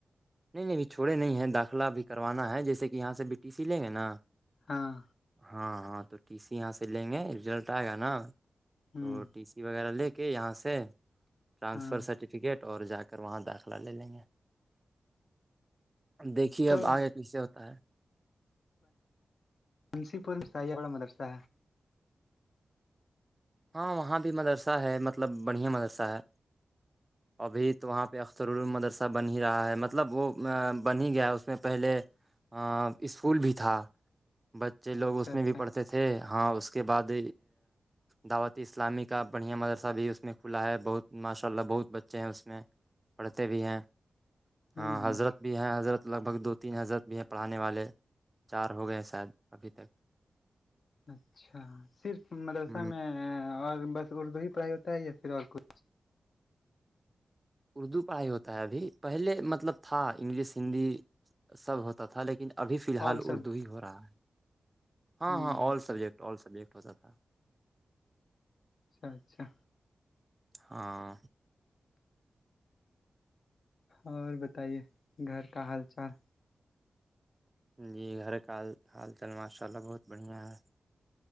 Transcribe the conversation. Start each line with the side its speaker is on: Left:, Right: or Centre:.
Right: نہیں نہیں بھی چھوڑے نہیں ہیں داخلہ بھی کروانا ہے جیسے کہ یہاں سے بی ٹی سی لیں گے نا
Left: ہاں
Right: ہاں ہاں تو ٹی سی یہاں سے لیں گے رزلٹ آئے گا نا
Left: ہ
Right: تو وغیرہ لے کے یہاں سے ٹرانسفر
Left: ہاں
Right: سرٹیفکیٹ اور جا کر وہاں داخلہ لے لیں گے دیکھیے
Left: تو
Right: اب آگے کیسے ہوتا ہے
Left: منسی پور شاہا مدرسا
Right: ہاں وہاں بھی مدرسہ ہے مطلب بڑھیا مدرسہ ہے ابھی تو وہاں پہ اخترالمدرسہ بن ہی رہا ہے مطلب وہ بن ہی گیا ہے اس میں پہلے اسکول بھی تھا بچے لوگ
Left: اچھا
Right: اس
Left: اچھا
Right: میں بھی پڑھتے
Left: ہ
Right: تھے ہاں اس کے بعد دعوت اسلامی کا بڑھیا مدرسہ بھی اس میں کھلا ہے بہت ماشاء اللہ بہت بچے ہیں اس میں پڑھتے بھی ہیں
Left: ہوں
Right: ہاں
Left: ہ
Right: حضرت
Left: ہ
Right: بھی ہیں حضرت لگ بھگ دو تین حضرت بھی ہے پڑھانے والے چار ہو گئے ہیں شاید ابھی تک
Left: اچھا صرف مدرسہ
Right: ہ
Left: میں اور بس اردو ہی پڑھائی ہوتا ہے یا پھر اور کچھ
Right: اردو پڑھائی ہوتا ہے ابھی پہلے مطلب تھا انگلش ہندی سب ہوتا تھا لیکن ابھی فی الحال
Left: اور
Right: اردو
Left: سب
Right: ہی ہو رہا ہے ہاں
Left: ہ
Right: ہاں آل سبجیکٹ آل سبجیکٹ تا تھا
Left: اچھا اچھا
Right: ہاں
Left: اور بتائیے گھر کا حال چال
Right: جی گھر کاال حال چال ماشاء اللہ بہت بڑھیا ہے